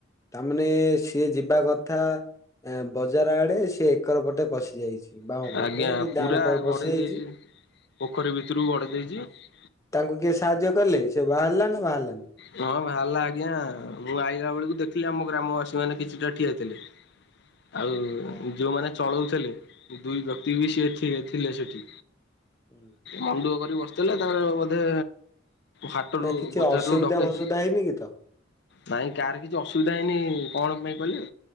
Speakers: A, on the left; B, on the left.
A: ତା ମାନେ ସିଏ ଯିବା କଥା ଏଁ ବଜାର ଆଡ଼େ ସି ସିଏ ଏକର ପଟେ ପଶି ଯାଇଚି। ବାମ ପାଖେ
B: ଆଜ୍ଞା
A: କି
B: ପୁରା
A: ଡାହାଣ ପାଖରେ
B: ଗଡେଇ
A: ପଶି ଯାଇଚି।
B: ଦେଇଛି ପୋଖରୀ ଭିତରକୁ ଗଡ଼େଇ ଦେଇଚି।
A: ତାଙ୍କୁ କିଏ ସାହାଯ୍ୟ କଲେ। ସେ ବାହାରିଲା ନା ବାହାରିଲାନି?
B: ହଁ ଭାରିଲା ଆଜ୍ଞା ମୁଁ ଆଇଲା ବେଳକୁ ଦେଖିଲି ଆମ ଗ୍ରାମବାସୀ ମାନେ କିଛିଟା ଠିଆ ହେଇଥିଲେ। <inaudible> ଆଉ
A: ହଁ
B: ଯୋଉମାନେ ଚଳଉଥିଲେ ଦୁଇ ବ୍ୟକ୍ତି
A: ହୁଁ।
B: ବି ସିଏ ଥି-ଥିଲେ ସେଠି।
A: <inaudible>
B: ମନଦୁଃଖ କରି ବସିଥିଲେ ତା ର ବୋଧେ ହାଟରୁ
A: ନା କିଛି
B: ବଜାରରୁ
A: ଅସୁବିଧା
B: ଡକେଇଥିଲେ
A: ଭସୁଦା ହେଇନି କିଛି ତ?
B: ନାଇଁ କାହାର କିଛି ଅସୁବିଧା ହେଇନି। କଣ ପାଇଁ କହିଲେ?